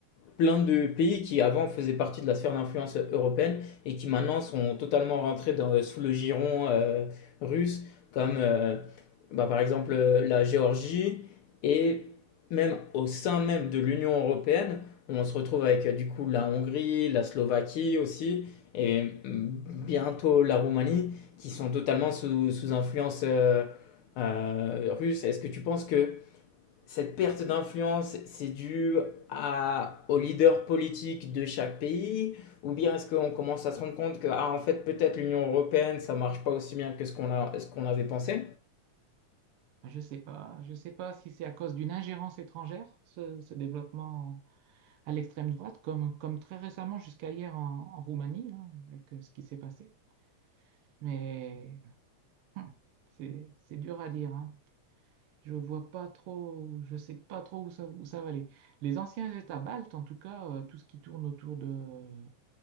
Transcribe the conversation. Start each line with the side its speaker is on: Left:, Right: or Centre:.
Left: plein de pays qui avant faisaient partie de la sphère d'influence européenne et qui maintenant sont totalement rentrés dans, euh, sous le giron euh, russe, comme euh, bah, par exemple euh, la Géorgie et même au sein même de l'Union européenne, on se retrouve avec euh, du coup la Hongrie, la Slovaquie aussi et mm, bientôt la Roumanie qui sont totalement sous, sous influence euh, euh, russe. Est-ce que tu penses que cette perte d'influence, c'est dû à, aux leaders politiques de chaque pays Ou bien est-ce qu'on commence à se rendre compte que, ah, en fait, peut-être l'Union européenne, ça ne marche pas aussi bien que ce qu'on a, ce qu'on avait pensé
Right: Je sais pas, je sais pas si c'est à cause d'une ingérence étrangère, ce, ce développement à l'extrême droite, comme, comme très récemment jusqu'à hier en, en Roumanie, là, avec euh, ce qui s'est passé. Mais hum, c'est, c'est dur à dire, hein. Je vois pas trop, je sais pas trop où ça, où ça va aller. Les anciens États baltes, en tout cas, euh, tout ce qui tourne autour de,